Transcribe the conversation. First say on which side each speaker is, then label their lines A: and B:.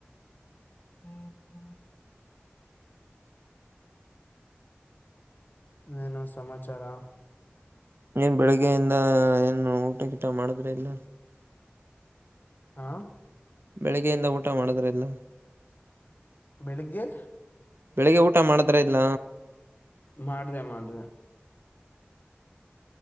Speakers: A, on the left (about 50°); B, on the right (about 70°).
A: ಹ ಹ್ಮ ನನು ಸಮಾಚಾರ
B: ನೀನ್ ಬೆಳಗ್ಗೆಯಿಂದ ಏನು ಊಟಗಿಟ ಮಾಡುದ್ರೆ ಇಲ್ಲ
A: ಹಾ
B: ಬೆಳಗ್ಗೆಯಿಂದ ಊಟ ಮಾಡುದ್ರ ಎಲ್ಲ
A: ಬೆಳಿಗ್ಗೆ
B: ಬೆಳಿಗ್ಗೆ ಊಟ ಮಾಡಿದ್ರ ಇಲ್ಲ
A: ಮಾಡ್ದ ಮಾಡ್ದ